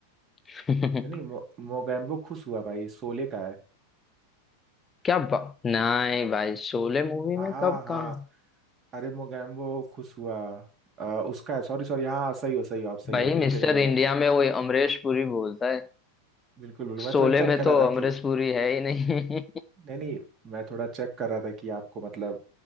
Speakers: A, on the left; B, on the right.
A: <laughs>
B: नहीं नहीं मो, मोगैम्बो खुश हुआ भाई शोले का है
A: क्या बा... नहीं भाई शोले मूवी
B: हाँ
A: में
B: हाँ
A: कब
B: हाँ
A: कहाँ
B: अरे मोगैम्बो खुश हुआ अ, उसका है Sorry sorry हाँ सही हो सही हो आप सही
A: भाई
B: हो मिस्टर
A: मिस्टर
B: इंडिया
A: इंडिया
B: का है
A: में वो अमरीश पुरी बोलता है
B: बिल्कुल बिल्कुल
A: शोले
B: मैं थोड़ा चेक
A: में
B: कर
A: तो
B: रहा था
A: अमरीश
B: कि
A: पुरी है ही नहीं
B: नहीं नहीं मैं थोड़ा चेक कर रहा था कि आपको मतलब